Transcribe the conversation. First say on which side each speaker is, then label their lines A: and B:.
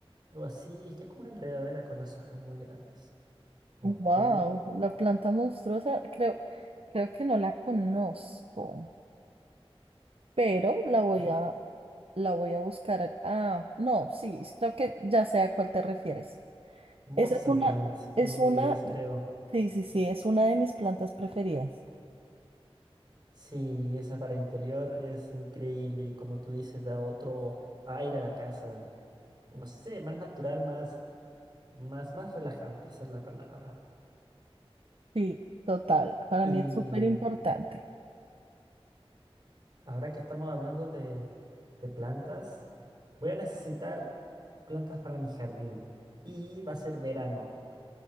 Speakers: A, on the right (about 45°); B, on the right (about 65°).
A: algo así, que es como una enredadera con las hojas muy grandes. Ok,
B: Wow, la planta monstruosa, creo, creo que no la conozco, pero la voy
A: yo-
B: a, la voy a buscar. Ah, no, sí, creo que ya sé a cuál te refieres.
A: monster
B: Esa es una,
A: plant en
B: es
A: inglés,
B: una,
A: creo.
B: sí, sí, sí, es una de mis plantas preferidas.
A: Sí, esa para interior es increíble y como tú dices, da otro aire a la casa. No sé, más natural, más, más, más relajante, esa es la palabra.
B: Sí, total. Para
A: Y
B: mí es súper importante.
A: ahora que estamos hablando de, de plantas, voy a necesitar plantas para mi jardín y va a ser verano.